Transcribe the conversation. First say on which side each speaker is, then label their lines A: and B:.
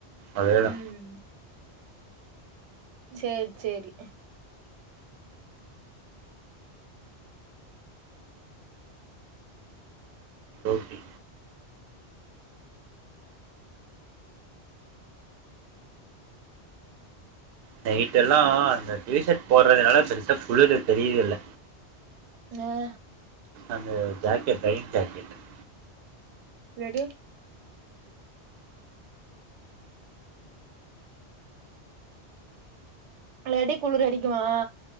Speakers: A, on the right (about 65°); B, on the right (about 85°).
A: அதேதா
B: ம் சேரி செரி
A: ஓகே நைட் எல்லாம் அந்த டிஷர்ட் போடுறதுனால பெருசா புளிர் தெரியல
B: <unintelligible>
A: அந்த ஜாக்கெட் டைட்டா <unintelligible>
B: ரெடி லடி குளிரு அடிக்குமா